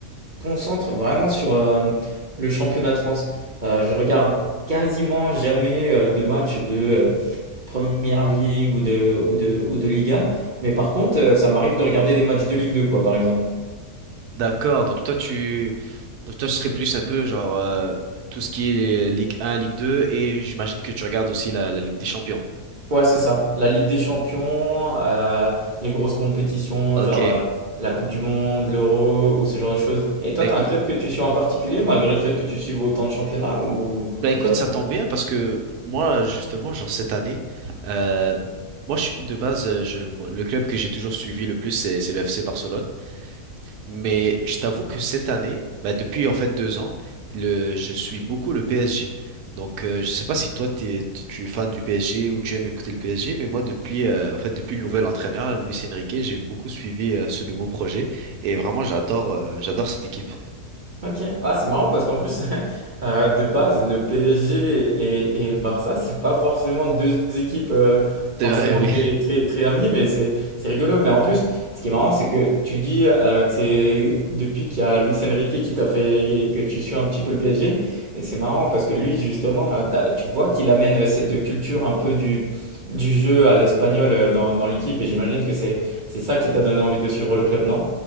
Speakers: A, on the right (about 45°); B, on the right (about 75°).
A: concentre vraiment sur euh, le championnat de France. Euh, je regarde quasiment jamais euh, de matchs Première Ligue ou de, ou de, ou de Liga. Mais par contre, euh, ça m'arrive de regarder des matchs de Ligue 2, quoi, par exemple.
B: <laughs> D'accord. Donc toi, tu, donc toi, tu serais plus un peu genre euh, tout ce qui est Ligue 1, Ligue 2, et j'imagine que tu regardes aussi la, la Ligue des Champions.
A: Ouais, c'est ça. La Ligue des Champions, euh, les grosses compétitions,
B: Ok.
A: genre euh, la Coupe du Monde, l'Euro ou ce genre de choses. Et toi,
B: Bah écoute,
A: t'as un club que tu suis en particulier, malgré le fait que tu suives autant de championnats ou,
B: bah écoute,
A: ou pas trop?
B: ça tombe bien parce que moi, justement, genre cette année, euh, moi, je suis- de base, euh, je, mon- le club que j'ai toujours suivi le plus, c'est c'est le FC Barcelone. Mais je t'avoue que cette année, bah depuis en fait deux ans, le, je suis beaucoup le PSG. Donc euh, je sais pas si toi t'es, tu tu es fan du PSG ou tu aimes écouter le PSG, mais moi depuis euh, en fait depuis le nouvel entraîneur Luis Enrique, j'ai beaucoup suivi euh, ce nouveau projet et vraiment j'adore euh, j'adore cette équipe.
A: OK. Ah, c'est marrant parce qu'en plus, <laughs> euh, de base, le PSG et, et le Barça, c'est pas forcément deux équipes euh, forcément
B: C'est vrai, oui.
A: très, très, très amies, mais c'est, c'est rigolo. Mais en plus, ce qui est marrant, c'est que tu dis euh, que c'est depuis qu'il y a Luis Enrique qui t'a fait que tu suis un petit peu le PSG. Et c'est marrant parce que lui, justement, euh, t'as- tu vois qu'il amène euh, cette culture un peu du, du jeu à l'espagnol euh, dans, dans l'équipe. Et j'imagine que c'est, c'est ça qui t'a donné envie de suivre le club, non?